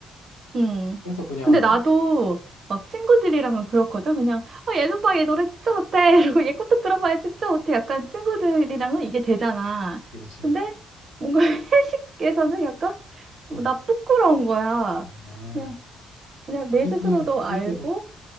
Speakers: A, on the right (about 45°); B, on the left (about 80°).
A: 음.
B: 그래서 그냥,
A: 근데 나도 막 친구들이랑은 그렇거든. 그냥, 아, 얘는 봐, 얘전 봐얘 노래 진짜 못해. <laughs> 이러고 얘 것도 들어봐야 진짜 못해. 약간 친구들이랑은 이게 되잖아.
B: 그치.
A: 근데 뭔가 <laughs> 회식에서는 약간 뭐
B: 어,
A: 나 부끄러운 거야.
B: 아,
A: 그냥, 그냥
B: 아니면
A: 내 스스로도
B: 부를
A: 알고,
B: 때도,